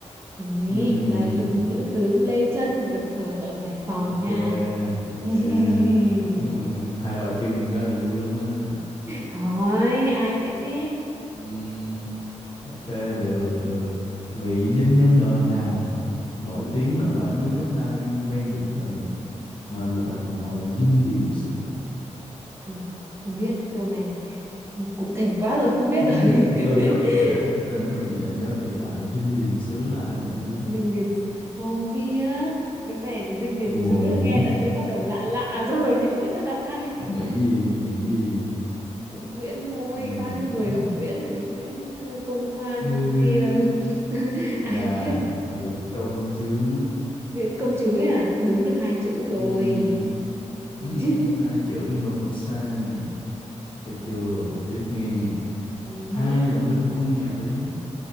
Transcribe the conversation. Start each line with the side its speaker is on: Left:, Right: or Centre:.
Right: Đấy,
Left: ừm,
Right: là lự- nữ tướng Lê Trân được thờ ở Hải Phòng
Left: ok
Right: nha
Left: ok
Right: <laughs>
Left: chứ mà hai bà Trưng cái là vui lắm đó
Right: hỏi ai lại thế
Left: Ừm, ok được được vị danh nhân nào, nào nổi tiếng là quản lý đất đai viên ven biển thời Nguyễn mà người ta còn gọi là dinh điện sử
Right: Ờ, không biết câu này cụ thể quá rồi không biết
Left: Ừ,
Right: rồi
Left: ừ, cái tên rất
Right: <laughs>
Left: là dễ, cái tên rất là dễ nhớ kỹ lại. Dinh Điền Sứ là ai quản
Right: dinh
Left: lý?
Right: điền sứ không biết cái này là dinh điền
Left: Nguyễn
Right: xứ là nghe đã thấy bắt đầu lạ lạ rồi <laughs> nữa là ai
Left: Nguyễn
Right: quản lý
Left: gì? Nguyễn gì?
Right: Nguyễn thôi
Left: Nguyễn
Right: bao nhiêu người họ Nguyễn rồi đấy Nguyễn C- Công Hoan
Left: ừ,
Right: nọ kia <laughs>
Left: gà
Right: ai biết
Left: Nguyễn Công chứ.
Right: Nguyễn Công Trứ ấy à đúng được hai chữ rồi
Left: Ừ.
Right: nhìn
Left: Ừ, <laughs>
Right: chứ
Left: hai chữ nhưng mà vẫn sai. Cà chừa, tiếp nghe.
Right: <laughs> Ừ hứ.
Left: Ai là minh quân nhà Lý?